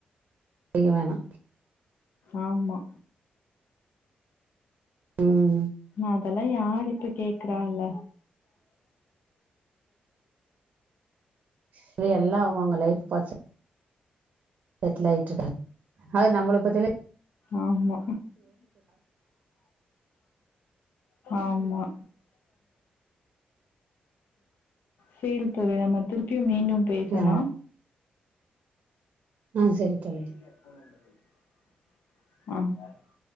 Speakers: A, on the right; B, on the left.
A: க்க வேனா
B: ஆமா
A: ம்.
B: அதெல்லா யாரிப்ப கேக் கறால்ல
A: செரி எல்லா அவுங்க அவுங்க லைஃப் பாத்து செட்டில் ஆய்ட்ருக்காங்க அது நம்மள பத்திலா
B: ஆமா ஆமா சேரி தோழி நம்ம திருப்பியு மீண்டும் பேசலா
A: ஆ. ஆ செரி தோழி
B: ஆ